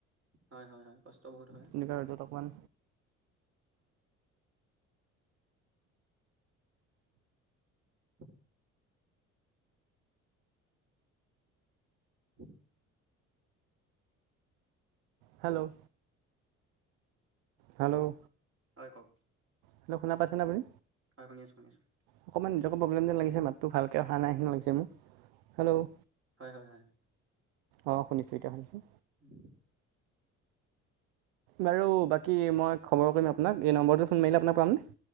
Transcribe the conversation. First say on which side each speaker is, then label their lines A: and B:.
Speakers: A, on the right (about 35°); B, on the right (about 65°).
A: হয়' হয়' হয়' কষ্ট বহুত হয়।
B: এনেকুৱা ৰ'দত অকণমান
A: <unintelligible> <unintelligible>
B: হেল্লো'? হেল্লো'?
A: হয়' কওঁক?
B: হেল্লো' শুনা পাইছেনে আপুনি?
A: হয়' শুনি আছো, শুনি আছো।
B: অকণমান নেটৱাৰ্কৰ প্ৰব্লেম যেন লাগিছে মাতটো ভালকে অহা নাই নিচিনা লাগিছে মোৰ। হেল্ল'?
A: হয়' হয়' হয়'।
B: অ' শুনিছো এতিয়া শুনিছোঁ।
A: <unintelligible>
B: বাৰু বাকী মই খবৰ কৰিম আপোনাক, এই নম্বৰটোত ফোন মাৰিলে আপোনাক পামনে?